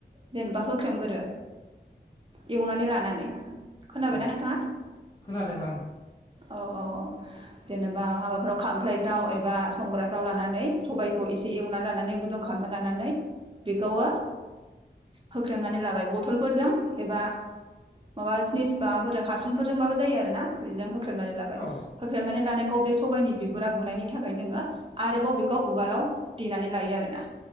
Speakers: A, on the right (about 30°); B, on the left (about 25°).
A: जेनेबा होख्रेमगोरो एवनानै लानानै खोनाबायना
B: औ
A: नोंथाङा
B: खोनादों आं
A: औ औ औ जेनेबा हाबाफ्राव खामफ्लायफ्राव एबा संगायफ्राव लानानै सबायखौ एसे एवनानै लानानै गुदुं खालामना लानानै बेखौयो होख्रेमनानै लाबाय बथलफोरजों एबा माबा जिनिस माबाफोरजों हासुं फोरजों जायो आरोना जिजों होख्रेमनानै लाबाय
B: औ
A: होख्रेमनानै लानो खौ बे सबायनि बिगुर गुरा गुनायनि थाखाय जोङो आरोबाव बेखौ उवालाव देनानै लायो आरो ना